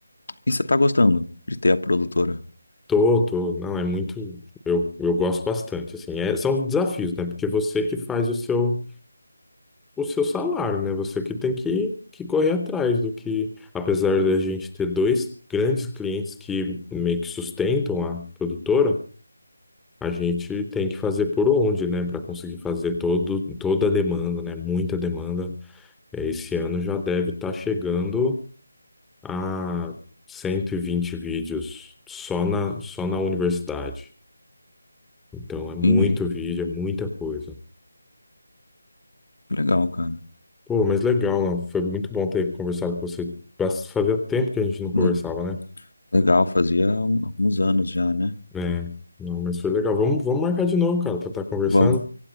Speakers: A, on the left; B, in the centre.
A: E você tá gostando de ter a produtora?
B: Tô, tô, não, é muito. Eu, eu gosto bastante, assim. É, são desafios, né? Porque você que faz o seu, o seu salário, né? Você que tem que, que correr atrás do que. Apesar da gente ter dois grandes clientes que meio que sustentam a produtora. a gente tem que fazer por onde, né, para conseguir fazer todo, toda a demanda, né, muita demanda. É, Esse ano já deve estar chegando a 120 vídeos só na, só na universidade. Então é muito
A: Entendi.
B: vídeo, é muita coisa.
A: Que Legal, cara.
B: Pô, mas legal, né? Foi muito bom ter conversado com você. Bas- Fazia tempo que a gente não conversava,
A: Le-
B: né?
A: Legal, fazia um- alguns anos já, né?
B: É, não, mas foi legal. Vamos, vamos marcar de novo, cara, pra estar conversando.
A: Vamos,